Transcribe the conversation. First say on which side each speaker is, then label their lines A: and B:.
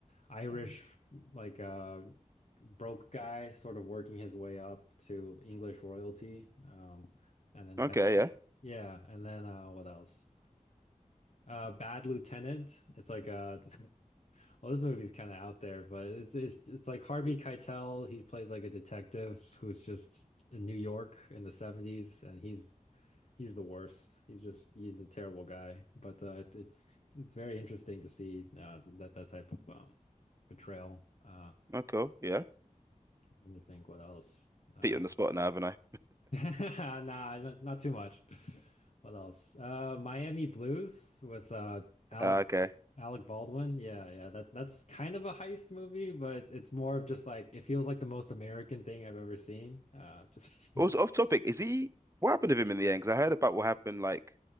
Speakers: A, on the left; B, on the right.
A: Irish like uh broke guy sort of working his way up to English royalty. Um, and then
B: Okay,
A: kind of
B: yeah,
A: yeah, and then uh, what else? Uh, Bad Lieutenant. It's like a. <laughs> Well, this movie's kind of out there, but it's it's it's like Harvey Keitel. He plays like a detective who's just in New York in the 70s, and he's he's the worst. He's just he's a terrible guy. But uh, it, it it's very interesting to see uh, that that type of um, portrayal. Uh,
B: oh cool, yeah.
A: let me think what else. Uh,
B: Put you on the spot now, haven't I?
A: <laughs> nah, not, not too much. What else? Uh, Miami Blues with uh, Alec
B: Uh, okay.
A: Alec Baldwin, yeah, yeah, that that's kind of a heist movie, but it's, it's more of just like it feels like the most American thing I've ever seen. Uh, just <laughs>
B: Also off topic, is he what happened to him in the end? Because I heard about what happened like